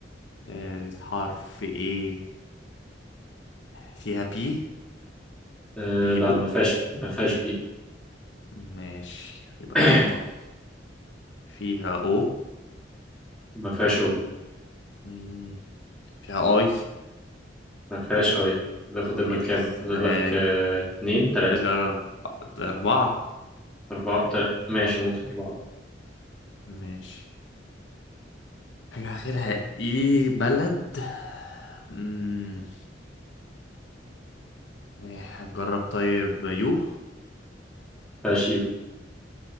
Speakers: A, on the left; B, in the centre.
A: آه، الحرف ايه فيها بي
B: آه،
A: بي
B: لا
A: بوك
B: ما فيهاش ما فيهاش بي
A: ماشي يبقى
B: <coughs>
A: كده واحدة غلط. فيها او
B: ما فيهاش او
A: مم، فيها اي
B: ما فيهاش اي كده فاضل لك
A: ايه
B: كام
A: ده ازاي
B: فاضل لك آه، اتنين تلاتة
A: فاضل لي أرب- اربعة
B: أربعة تلاتة. ماشي ممكن أربعة
A: ماشي حاجة اخرها ايه بلد مم، إيه، هنجرب طيب يو
B: فاشيو